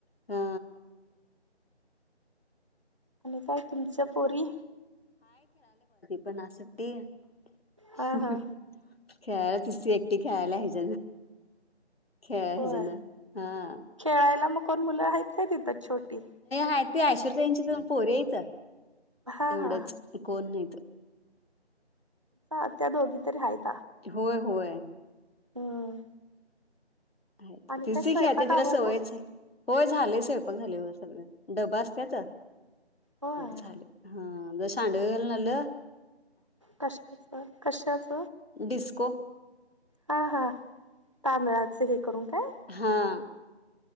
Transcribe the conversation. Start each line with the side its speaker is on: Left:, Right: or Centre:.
Left: हा.
Right: आणि काय तुमच्या पोरी?
Left: पण असं ते हमहम
Right: हा हा
Left: खेळाल्या तिच ती एकटी खेळाल्या हिच खेळा
Right: होय
Left: हेजान हां
Right: खेळायला मग कोण मुलं आहेत काय तिथं छोटी?
Left: आहे ते आशु ताईंची दोन पोर आहेत.
Right: हा
Left: एवढंच
Right: हा
Left: कोण नाहीत
Right: हा त्या दोघी तरी आहेत.
Left: होय होय.
Right: हम्म
Left: आहेत.
Right: आणि
Left: तिच
Right: काय
Left: ती
Right: स्वयंपाक
Left: खेळत्या तिला
Right: आवरला
Left: सवयच हाय, होय. झाले स्वयंपाक झाले हो सगळं. डबा असत्यात
Right: होय
Left: झाले हं अ सांडग घालून आलो.
Right: कशाच? कशाच?
Left: डिस्क‌ को
Right: हां हां तांदळाच हे करून काय.
Left: हां